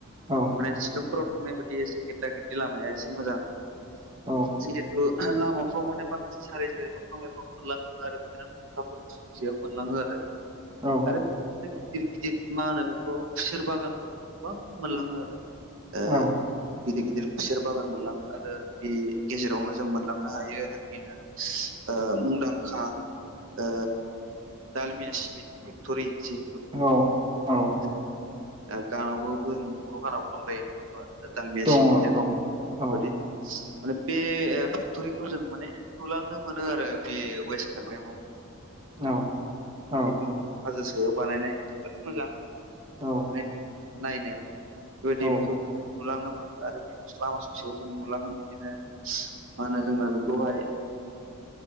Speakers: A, on the right; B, on the right.
A: औ
B: माने शिलंफोराव थांनाय बायदि एसे गेददा गेददि लामाया एसे मोजां।
A: औ
B: जिहेतु लामाफ्राव माने माखासे सारि जारि दंफां लाइफां मोनलाङो आरो बिदिनो माखाफोर ससेयाव मोनलाङो आरो।
A: औ।
B: आरो बेबायदिनो गिदिर गिदिर मा होनो बेखौ खुसेर बागानफोर गोबां मोनलाङो आरो। ओ
A: औ
B: गिदिर गिदिर खुसेर बागान मोनलाङो आरो ओ बे गेजेरावनो जों मोनलांनो हायो जोंनिनो ओ मुंदांखा ओ दालमिया सिमेन्टनि फेक्ट'रि जि
A: औ। औ
B: जों गानावबो जोंनि बर' गानावबो दंलायो नङा होमबा? दालमिया
A: दङ
B: सिमेन्टजों
A: दङ औ
B: गदे माने बे फेक्ट'रिखौ जों माने नुलांनो मोनो आरो बे वेस्ट कार्बि आंलं आव।
A: औ औ
B: बेथ'माने हाजो सायाव बानायनाय जोबोद मोजां। माने
A: औ
B: नायनो <unintelligible>
A: औ
B: नुलांनो मोनो आरो बे लामा ससेयाव जों नुलांङो। बिदिनो मा होनो जोंना बेखौहाय